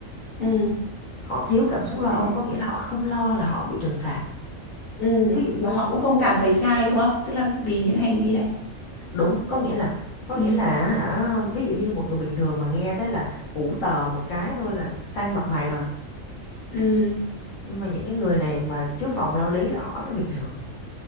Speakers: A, on the left; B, on the left.
A: ừ.
B: họ thiếu cảm xúc
A: ok
B: lo âu có nghĩa là họ không lo là họ bị trừng phạt
A: ừ.
B: ví dụ như
A: và họ cũng không cảm thấy sai đúng không tức là vì những hành vi đấy
B: đúng có nghĩa là có
A: ừ.
B: nghĩa là hả ví dụ như một người bình thường mà nghe tới là ủ tờ một cái thôi là xanh mặt mày rồi
A: Ừ.
B: nhưng mà những cái người này mà trước vòng lao lý là họ thấy bình thường